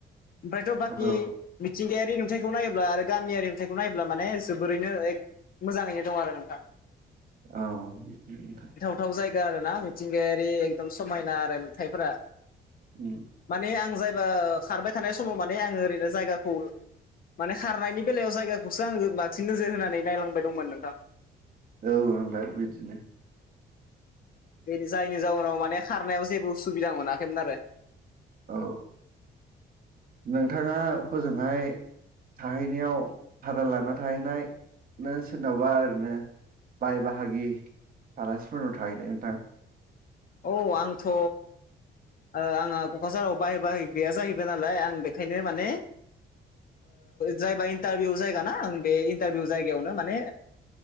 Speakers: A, on the left (about 45°); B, on the right (about 45°).
A: ओमफ्रायथ' बाखि
B: औ
A: मिथिंगायारि नुथायखौ नायोब्ला आरो गामियारि नुथायखौ नायोब्ला। माने जोबोरैनो एक मोजाङैनो दं आरो नोंथां।
B: औ
A: गोथौ जायगा आरोना मिथिंगायारि एकदम समायना आरो नुथाइफोरा
B: ओम।
A: माने आं जायबा खारबाय थानाय समाव माने आङो ओरैनो जायगाखौ माने खारनायनि बेलायाव जायगाखौसो आङो बांसिन नोजोर होनानै नायलांबाय दंमोन नोंथां।
B: औ ओमफ्राय बिदिनो
A: बे जायनि जाउनाव माने खारनायाव जेबो असुबिदा मोनाखैमोन आरो।
B: औ नोंथाङा हजोंहाय थाहैनायाव भारा लाना थाहैनायनो सोरनावबा ओरैनो बाय बाहागि आलासिफोरनाव थाहैनाय नोंथां।
A: औ आंथ' आंहा क'क्राझाराव बाहाय बाहाय गैया जाहैबाय नालाय आं बेखायनो माने जायबा इन्टारभिउ जायगा ना आं बे इन्टारभिउ जायगायावनो माने